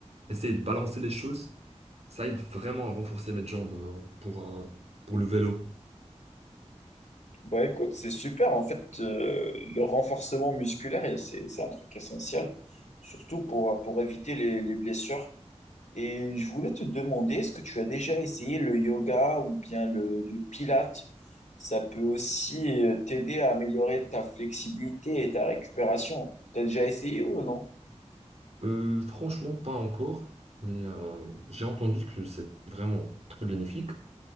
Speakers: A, on the right (about 60°); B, on the left (about 85°).
A: essayer de balancer les choses. Ça aide vraiment à renforcer mes jambes euh, pour, euh, pour le vélo.
B: Bah écoute, c'est super. En fait, euh, le renforcement musculaire, et c'est c'est un truc essentiel, surtout pour, pour éviter les, les blessures. Et je voulais te demander, est-ce que tu as déjà essayé le yoga ou bien le, le pilate? Ça peut aussi euh, t'aider à améliorer ta flexibilité et ta récupération. T'as déjà essayé ou non?
A: Euh, franchement, pas encore, mais euh, j'ai entendu que c'est vraiment très bénéfique.